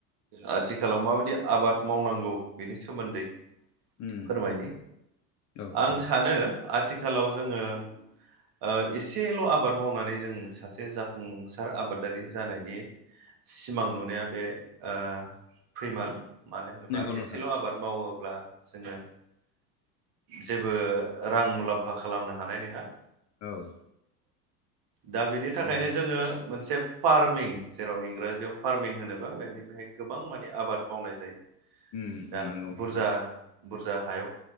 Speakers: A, on the right; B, on the left.
A: आथिखालाव माबायदि आबाद मावनांगौ बेनि सोमोन्दै
B: उम
A: फोरमायनि
B: औ
A: आं
B: औ
A: सानो आथिखालाव जोङो ओ एसेल' आबाद मावनानै जों सासे जाफुंसार आबादारि जानायनि सिमां नुनाया बे ओ फैमाल मानो होनोबा
B: नंगौ नोंथां
A: एसेल' आबाद मावोब्ला जोङो जेबो रां मुलाम्फा खालामनो हानाय नङा
B: औ
A: दा बेनि थाखायनो
B: नंगौ
A: जोङो मोनसे फार्मिं जेराव इंराजियाव फार्मिं होनोबा बेनि बेहाय गोबां माने आबाद मावनाय जायो
B: उम
A: दा
B: उम नंगौ
A: बुरजा
B: नोंथां
A: बुरजा हायाव